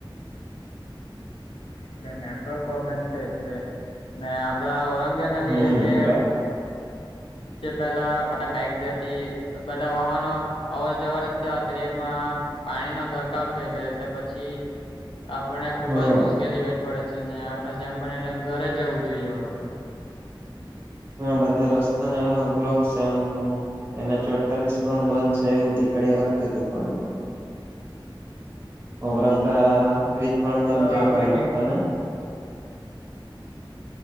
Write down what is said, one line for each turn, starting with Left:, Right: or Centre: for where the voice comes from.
Left: હા એટલે નેટવર્ક પ્રોબ્લેમ છે એટલે ને આપડા ઔરંગે નદી
Right: હમ
Left: એ જે જે પેલા આપે બાઈક જતી બધા વાહનો અવર જવર જત્યારે એમાં પાણી નો ગરકાવ થઈ ગયો એટલે પછી આપણને ખુબ
Right: હા
Left: જ મુશ્કેલી વેઠ વડે છે ને આપડણે જેમ બનેમ ઘરે રહેવું જોઈએ આપડે તો
Right: હા બધા રસ્તાને બ્લોક છે અમુક અમુક એના ચોડતાલીસ પણ બંધ છે એવું દેખાડ્યા કરતું હતું ફોન ઔરંગા બ્રિજ
Left: હા
Right: પણ
Left: એ
Right: બંધ
Left: તો
Right: છેયો
Left: આપડે
Right: કલો
Left: કે
Right: હતા ને